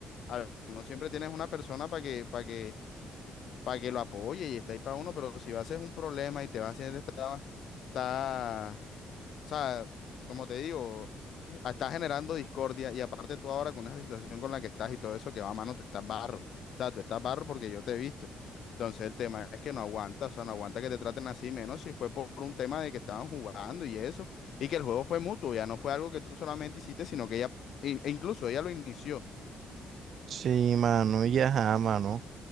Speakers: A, on the left; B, on the right.
A: a- uno siempre tienes una persona para que, para que para que lo apoye y está ahí para uno, pero si va a ser un problema y te va a hacer esta, está, o sea, como te digo, está generando discordia y aparte tú ahora con esa situación con la que estás y todo eso que va a mano, tú estás barro, o sea, tú estás barro porque yo te he visto. Entonces el tema es que no aguanta, o sea, no aguanta que te traten así, menos si fue por un tema de que estaban jugando y eso, y que el juego fue mutuo, ya no fue algo que tú solamente hiciste, sino que ella, e e incluso ella lo inició.
B: Sí, mano, y ajá, mano.